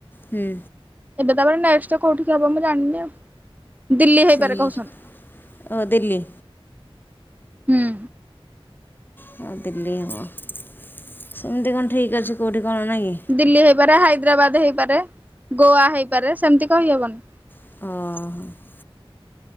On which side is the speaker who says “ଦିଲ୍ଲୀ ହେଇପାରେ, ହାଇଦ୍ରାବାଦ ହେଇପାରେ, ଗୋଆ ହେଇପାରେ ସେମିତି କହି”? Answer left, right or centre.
Right